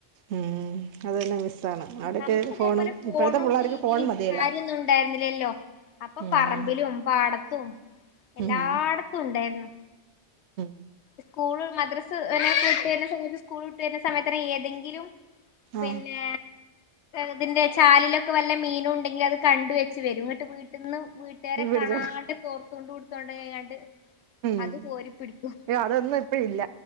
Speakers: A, on the right; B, on the left.
A: ഉം അത് തന്നെ- മിസ്സാണ് അവിടൊക്കെ
B: നമക്ക് ഇതേപോലെ
A: ഫോണും
B: ഫോണും
A: ഇപ്പോഴത്തെ പിള്ളേർക്ക്
B: ടിവിയും
A: ഫോൺ മതിയല്ലോ
B: കാര്യൊന്നു ണ്ടായിരുന്നില്ലല്ലോ അപ്പൊ
A: ഉം
B: പറമ്പിലും പാട ത്തും എല്ലാടത്തും
A: ഉം
B: ണ്ടേയിര്ന്നു
A: ഉം
B: സ്കൂള്, മദ്രസ് തന്നെ കുട്ട്യെ സ്കൂൾ വിട്ട് വെര്ന്നെ സമയത്തെനെ ഏതെങ്കിലും പിന്നെ
A: ആഹ്
B: ഇതിന്റെ ചാലിലൊക്കെ വല്ലെ മീനുണ്ടെങ്കിൽ അത് കണ്ട വെച്ച് വെരും ഇന്നട്ട് വീട്ടിന്ന് വീട്ടാരെ
A: പിടിച്ചോ
B: കാണാണ്ട് തോർത്തൂണ്ട് ട്ത്തൊണ്ടോയാണ്ട്
A: ഉം
B: അത് കോരിപ്പിടിക്കും
A: അതൊന്നും ഇപ്പ ഇല്ല